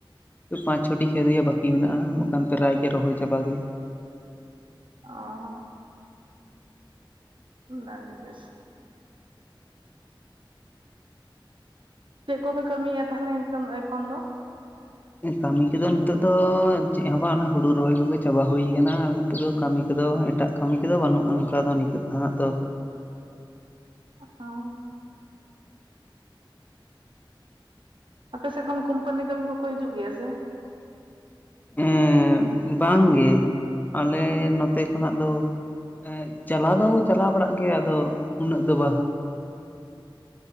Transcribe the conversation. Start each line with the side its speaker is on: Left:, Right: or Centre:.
Left: ᱯᱟᱸᱪ ᱪᱷᱚᱴᱤ ᱠᱷᱮᱛ ᱜᱮ ᱵᱠᱤ ᱢᱮᱱᱟᱜᱼᱟ ᱵᱟᱠᱷᱟᱱ ᱯᱨᱟᱭ ᱜᱮ ᱨᱚᱦᱚᱭ ᱪᱟᱵᱟ ᱜᱮ᱾
Right: ᱚᱸᱻ ᱱᱮᱱᱰᱤᱜᱮᱥ ᱪᱮᱫ ᱠᱚᱯᱮ ᱠᱟᱹᱢᱤᱭᱟ ᱛᱟᱦᱚᱞᱮ ᱮᱠᱷᱚᱱ ᱮᱠᱷᱚᱱ ᱫᱚ?
Left: ᱠᱟᱹᱢᱤ ᱠᱚᱫᱚ ᱱᱤᱛᱚᱜ ᱫᱚ ᱪᱮᱫ ᱦᱚᱸ ᱵᱟᱝ ᱦᱩᱲᱩ ᱨᱚᱦᱚᱭ ᱠᱚᱜᱮ ᱪᱟᱵᱟ ᱦᱩᱭᱩ ᱠᱟᱱᱟ ᱟᱨ ᱱᱤᱛᱚᱜ ᱫᱚ ᱠᱟᱹᱢᱤ ᱠᱚᱫᱚ ᱮᱴᱟᱜ ᱠᱟᱹᱢᱤ ᱠᱚᱫᱚ ᱵᱟᱹᱱᱩᱜᱼᱟ ᱚᱱᱠᱟ ᱫᱚ ᱱᱤᱛᱚᱜ ᱫᱚ ᱦᱟᱸᱜ ᱫᱚ᱾
Right: ᱚᱸᱻ ᱟᱯᱮ ᱥᱮᱜ ᱠᱷᱚᱱ ᱠᱩᱢᱯᱟᱱᱤ ᱠᱟᱹᱢᱤ ᱠᱚᱠᱚ ᱦᱤᱡᱩᱜ ᱜᱮᱭᱟ ᱥᱮ?
Left: ᱮᱸᱻ ᱵᱟᱝ ᱜᱮ ᱟᱞᱮ ᱱᱚᱛᱮ ᱠᱷᱚᱱᱟᱜ ᱫᱚ ᱮᱸᱜ ᱪᱟᱞᱟᱣ ᱫᱚᱠᱚ ᱪᱟᱞᱟᱣ ᱵᱟᱲᱟᱜ ᱜᱮᱭᱟ ᱟᱫᱚ ᱩᱱᱟᱹᱜ ᱫᱚ ᱵᱟ᱾